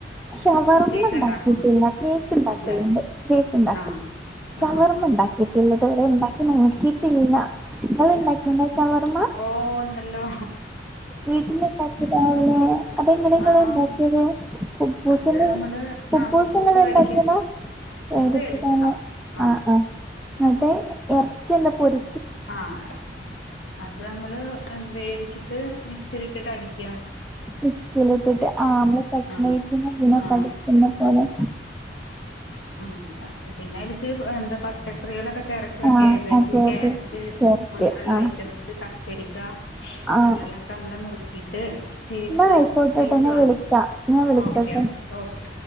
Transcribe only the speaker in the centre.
ഷവർമ്മ
ഉണ്ടാക്കിയിട്ടില്ല
കേക്ക് ഉണ്ടാക്കലുണ്ട്.
കേക്ക് ഉണ്ടാക്കും
ഷവർമ്മ
ഉണ്ടാക്കിട്ടുള്ളത് ഇതുവെരെയുണ്ടാക്കി നോക്കിട്ടില്ല. നിങ്ങളൊണ്ടാക്കിയൊണ്ടോ
ഷവർമ്മ
വീട്ടിലൊണ്ടാക്കി രാവിലെ അതെങ്ങനെ നിങ്ങള്
ഉണ്ടാക്കിയത് പൂസല്
കുബ്ബൂസ്
നിങ്ങളൊണ്ടാക്കിയതാ
മേടിച്ചതാണ്
ആഹ് ആഹ് മറ്റേ എറച്ചി ഒന്ന്‌ പൊരി
മിക്സിലിട്ടിട്ട് ആ നമ്മള് കട്‌ലൈറ്റിന്
ഇങ്ങെനെക്കടിക്കുന്നപോലെ
ആഹ്
അതെ
അതെ ക്യാരറ്റ്
ആഹ്
ആഹ്
ന്നാ ആയിക്കോട്ടെട്ടോ
ഞാൻ
വിളിക്കാ ഞാൻ വിളിക്കാട്ടോ